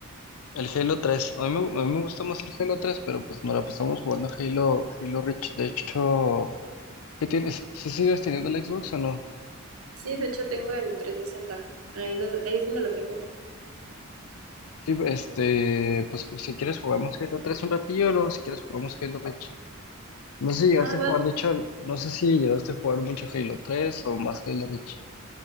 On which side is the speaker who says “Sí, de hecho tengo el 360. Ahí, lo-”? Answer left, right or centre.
Right